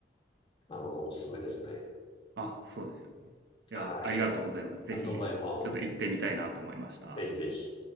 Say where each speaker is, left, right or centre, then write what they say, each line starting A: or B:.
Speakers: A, on the left (about 25°); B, on the right (about 65°).
A: あの、おすすめですね。
B: あ、そうですよね。いや、
A: はい。
B: ありがとうございます。ぜひ、
A: ありがとうございます。
B: ちょっと行ってみたいなと思いました。
A: ぜひぜひ。